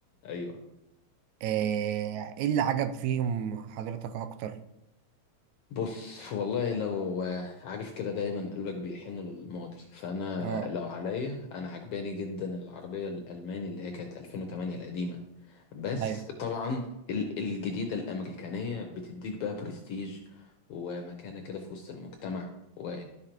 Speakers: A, on the left (about 75°); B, on the right (about 85°).
A: ايوه
B: آه، ايه اللي عجب فيهم حضرتك اكتر
A: بص والله لو آه، عارف كده دايما قلبك بيحن للماضي فانا
B: اه
A: لو عليا انا عجباني جدا العربيه الالماني اللي هي كانت 2008 القديمه بس
B: ايوه
A: طبعا ال- الجديدة الأمريكانية بتديك بقى برستيج ومكانة كده في وسط المجتمع و-